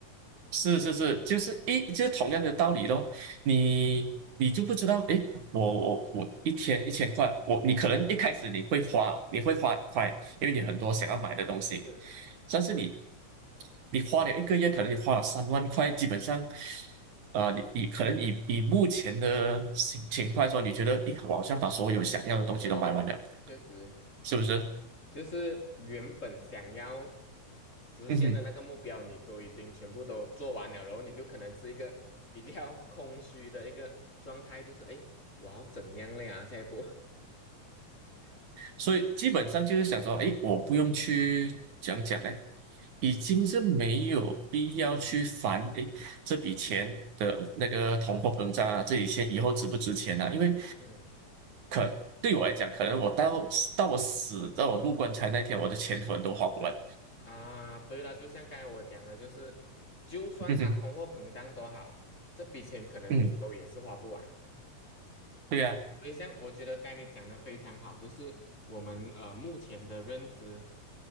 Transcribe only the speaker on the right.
是是是，就是一就是同样的道理咯。你你就不知道，诶，我我我一天一千块，我你可能一开始你会花，你会花很快，因为你很多想要买的东西，
但是你你花了一个月，可能你花了三万块，基本上，呃，你你可能以以目前的情情况来说，你觉得，诶，我好像把所有想要的东西都买完了，
是不是？
嗯哼。
所以基本上就是想说，哎，我不用去讲讲呢，已经是没有必要去烦，哎，这笔钱的那个通货膨胀啊，这笔钱以后值不值钱啊？因为
可对我来讲，可能我到到我死到我入棺材那天，我的钱可能都花不完。
<laughs> 嗯哼，
嗯，对呀、啊，